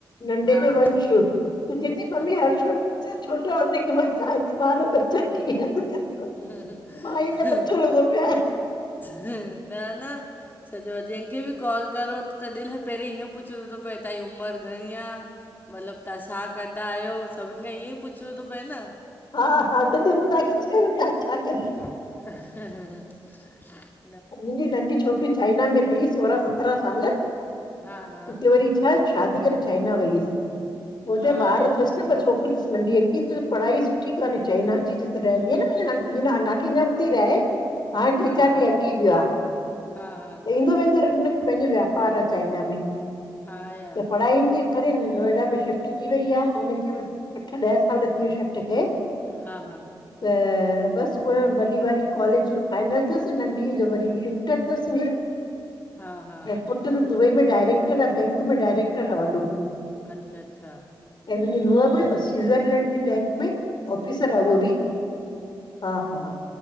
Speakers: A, on the left; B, on the left.
A: नंढे
B: हा
A: जो वंश
B: हा
A: त चये थी मम्मी
B: अच्छा
A: हर्ष वंश से छोटा होता है कि <unintelligible> बारह <unintelligible> बचा ग त
B: ह
A: मां ई त
B: ह
A: बच्चो लॻो पियो आहे
B: ह न न सच आहे जंहिंखे बि कॉल करो त दिलि पहिरीं ईअं पुछिणो थो पए तांजी उमिरि घणी आहे मतलबु तव्हां छा कंदा आहियो सभिनि खां ईअं ई पुछिणो थो पए न
A: हा हा तॾे मूं तव्हांखे चयो
B: ह
A: <unintelligible>
B: ह
A: मुंहिंजी नंढी छोकिरी चाइना में रही सोराहं सत्राह साल
B: हा हा
A: हिते वरी छा <unintelligible> शादी करे चाइना वई हुई हुते
B: हा
A: ॿार
B: या
A: अथसि न ॿ छोकिर ब नंढी अच्छी वई <unintelligible> त पढ़ाई सुठी कान्हे चाइना जी रहंदी न नाकीञ ॿुधी रहे हाणे टे
B: हा
A: चार
B: हा
A: ॾींहं व <unintelligible>
B: हा हा
A: त ईंदो वेंदो रखे पंहिंजो वापार आहे चाइना में
B: हा या
A: त पढ़ाईनि जे करे नोएडा में शिफ्ट थी वई आहे हुनखे बि अठ ॾह कल त्यूशट <unintelligible> क
B: हा हा
A: त बसि उअ वॾी वार कॉलेज फाइनल थसि नं ढी जो वरी इंटर अथस
B: हा हा
A: एयरपोर्ट त दुबई में डायरेक्टर आहे बैंक में डायरेक्टर आहे वॾो
B: अच्छा अच्छा
A: ऐं मुंहिंजी नूंहुं बि स्वि्ज़रलैंड जी बैंक में ऑफिसर आं
B: हा
A: उहा बि हा हा हा